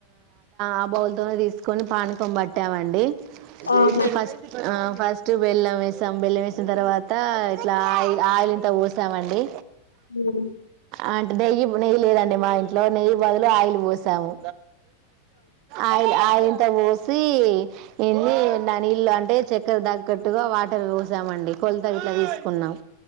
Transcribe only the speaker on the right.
ఆ బౌల్ తిని టెస్కొని పానకం మొత్తం పట్టమండి
ఫస్ట్ ఆ ఫస్ట్ బెల్లం వేసాం బెల్లం వేసిన తర్వాత ఇట్లా ఆయి ఆయిల్ ఇంత పోసామండి
అంటే నెయ్యి నెయ్యి లేదండి మా ఇంట్లో నెయ్యి బదులు ఆయిల్ పోూసాము ఆయిల్ ఆయిల్ అత్త పోసి ఎన్ని నా నీళ్లుు అంటే చక్కెరా తగ్గట్టుగా వాటర్ పోసామండి కొలత ఇట్లా తీసుకున్నాం